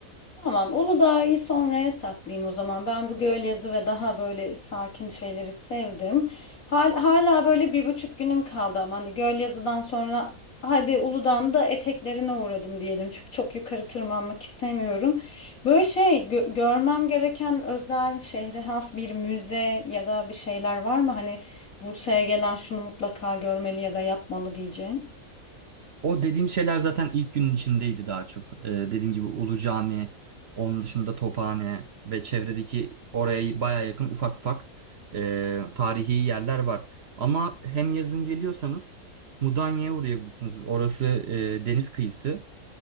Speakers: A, on the left (about 70°); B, on the right (about 55°).
A: Tamam, Uludağ'ı sonraya saklayayım o zaman. Ben bu göl yazı ve daha böyle sakin şeyleri sevdim. Hal, hala böyle bir buçuk günüm kaldı ama hani göl yazıdan sonra hadi Uludağ'ın da eteklerine uğradım diyelim. Çünkü çok yukarı tırmanmak istemiyorum. Böyle şey gö- görmem gereken özel şehre has bir müze ya da bir şeyler var mı? Hani Bursa'ya gelen şunu mutlaka görmeli ya da yapmalı diyeceğin.
B: O dediğim şeyler zaten ilk günün içindeydi daha çok. Ee, dediğim gibi Ulu Cami, onun dışında Tophane ve çevredeki oraya baya yakın ufak ufak e, tarihi yerler var. Ama hem yazın geliyorsanız Mudanya'ya uğrayabilirsiniz. Orası e, deniz kıyısı.